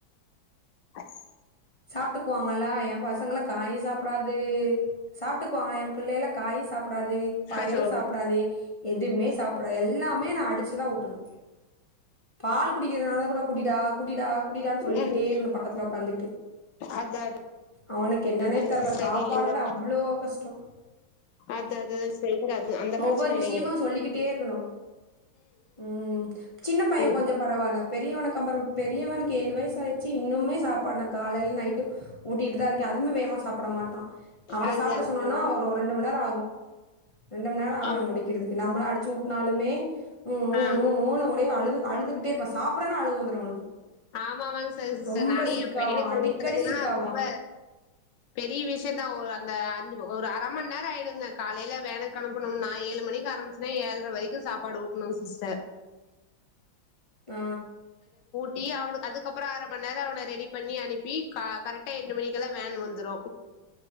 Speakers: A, on the left; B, on the left.
A: அச்
B: சாப்ட்டுக்குவாங்கலா ஏபசங்களா காயே சாப்டாது சாப் சாப்ட்டுக்குவாங்களா ஏ பிள்ளைலா காயு சாப்டாது பயறு
A: அச்சோ
B: சாப்டாது எதுமே சாப்டாது எல்லாமே நா அடிச்சுதா ஊட்டணு பால் குடிக்கிறதுனால கூட குடிடா குடிடா குடிடான்னு சொல்லிக்கிட்டே
A: ம்
B: இருக்கணு பக்கத்துல உக்காந்துக்கிட்டு
A: அதா அதா
B: அவனுக்கு என்னன்னே
A: அதாங்க
B: தெர்ல
A: சிஸ்டர்
B: சாப்பாட்னாலே
A: இல்லைங்க
B: அவ்ளோ கஷ்ட
A: அது அது சரிங்க அது அந்த
B: ஒவ்வொரு
A: பிரச்சன இல்லைங்க
B: விஷயமு சொல்லிக்கிட்டே இருக்கணு ம் சின்னப் பைய
A: ம்
B: கொஞ்ச பரவால்ல பெரியவனு கம்பேர் பண் பெரியவனுக்கு ஏழ் வயசு ஆய்டுச்சு இன்னுமே சாப்பாடுனா காலையில நைட்டு ஊட்டிட்டு தா இருக்கே அதுமே வேகமா சாப்ட மாட்டா அவன
A: அதுதா
B: சாப்ட
A: அதுதாங்க
B: சொன்னோம்னா ஒரு ரெண்டு மண்நேர ஆகு ரெண்டு மண்நேர ஆகு
A: ஆமா
B: அவ முடிக்கிறதுக்கு நம்ம அடிச்சு ஊட்டுனாலுமே ம்
A: ஆ
B: ம் ம் ம் னு அப்டியே அழுது அழுதுகிட்டேருப்பா சாப்பிறானா அழுக வந்துரு அவனுக்கு
A: ஆமாமாங்க சார் சிஸ்டர்
B: ரொம்ப
A: நானே
B: சிக்காவா
A: எஏ பையனுக்கு
B: அடிக்கடி
A: ஊட்டுறதுன்னா
B: சிக்காவா
A: ரொம்ப பெரிய விஷயந்தா ஒரு அந்த அஞ் ஒரு அர மண் நேர ஆயிடுங்க காலையில வேலைக்கு கெளம்புனும்னா ஏழு மணி க்கு ஆரம்பிச்சுனா ஏழ்ற வரைக்கு சாப்பாடு ஊட்டணு சிஸ்டர்
B: ஆ
A: ட்டி அவனுக்கு அதுக்கப்புற அர மண்நேர அவன ரெடி பண்ணி அனுப்பி க கரெக்ட்டா எட்டு மணிக்குலா வேன் வந்துரு